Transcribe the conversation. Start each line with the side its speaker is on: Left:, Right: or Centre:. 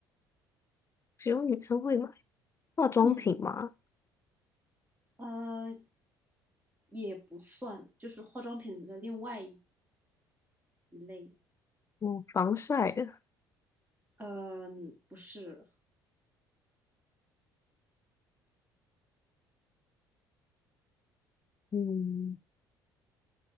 Left: 只有女生会买化妆品吗？
Right: 嗯，呃，也不算，就是化妆品的另外一类，
Left: 哦，防晒的。
Right: 呃，不是，
Left: 嗯，